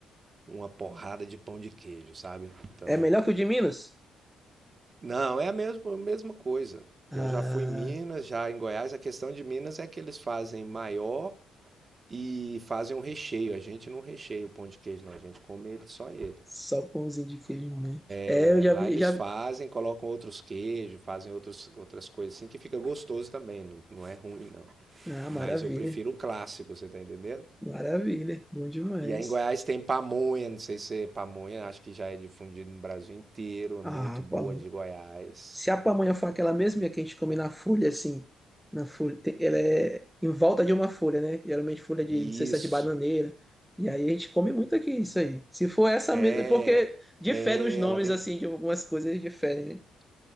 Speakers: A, on the right; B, in the centre.
A: uma porrada de pão de queijo, sabe? Então,
B: É melhor que o de Minas?
A: não, é a mesma, a mesma coisa. Eu
B: Ah,
A: já fui em Minas, já em Goiás. A questão de Minas é que eles fazem maior e fazem um recheio. A gente não recheia o pão de queijo, não. A gente come ele, só ele.
B: só pãozinho de queijo mesmo. É,
A: É,
B: eu já
A: lá
B: vi,
A: eles
B: já
A: fazem,
B: vi.
A: colocam outros queijos, fazem outros, outras coisas assim, que fica gostoso também. Não, não é ruim, não.
B: Ah, maravilha.
A: Mas eu prefiro o clássico, você tá entendendo?
B: Maravilha. Bom demais.
A: E aí em Goiás tem pamonha, não sei se é pamonha, acho que já é difundido no Brasil inteiro, é
B: Ah,
A: muito boa
B: pamonha.
A: de Goiás.
B: Se a pamonha for aquela mesma que a gente come na folha, assim, na folha, tem- ela é em volta de uma folha, né? Geralmente folha de,
A: Isso.
B: não sei se é de bananeira. E aí a gente come muito aqui isso aí. Se for essa
A: É,
B: mesma, porque diferem
A: é,
B: os nomes,
A: ela vem,
B: assim, de algumas coisas diferem, né?